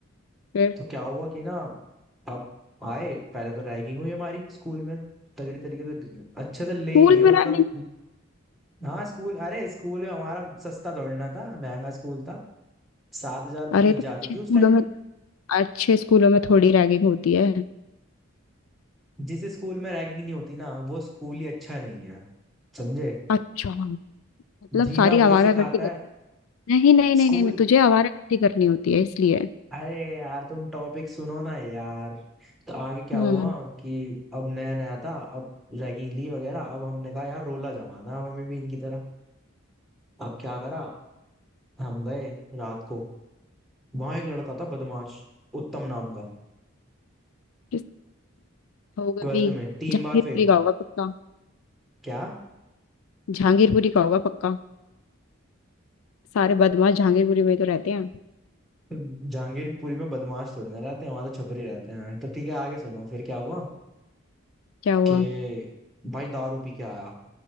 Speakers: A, on the left (about 75°); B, in the centre.
A: फिर
B: तो क्या हुआ कि ना अब आए पहले तो रैगिंग हुई हमारी स्कूल में तगड़ी तरीके से ग- अच्छे से ले
A: स्कूल
B: ही लिया
A: में
B: मतलब
A: रैगिंग
B: हाँ स्कूल अरे स्कूल में हमारा सस्ता दौड़ना था महंगा स्कूल था सात हजार
A: अरे
B: फीस
A: तो
B: जाती
A: अच्छे
B: थी
A: स्कूलों
B: उस टाइम
A: में अच्छे स्कूलों में थोड़ी रैगिंग होती है
B: जिस स्कूल में रैगिंग नहीं होती ना वो स्कूल ही अच्छा नहीं है समझे
A: अच्छा मतलब
B: जीना
A: सारी
B: वही
A: आवारा
B: सिखाता
A: गर्दी कर
B: है
A: नहीं नहीं नहीं
B: स्कूल
A: नहीं नहीं, तुझे आवारा गर्दी करनी होती है इसलिए
B: अरे यार तुम टॉपिक सुनो ना यार तो आगे क्या
A: हम्म
B: हुआ कि अब नया नया था अब रैगिंग ली वगैरह अब हमने कहा यार रोला जमाना है, अब हमें भी इनकी तरह अब क्या करा हम गए रात को वहां एक लड़का था बदमाश उत्तम नाम का
A: किस- होगा
B: ट्वेल्थ
A: भी
B: में तीन
A: जहांगीरपुरी
B: बार फेल
A: का होगा पक्का
B: क्या
A: जहांगीरपुरी का होगा पक्का सारे बदमाश जहांगीरपुरी में ही तो रहते हैं
B: जहांगीरपुरी में बदमाश थोड़े ना रहते हैं वहां तो छपरी रहते हैं तो ठीक है आगे सुनो फिर क्या हुआ
A: क्या हुआ
B: कि भाई दारू पी के आया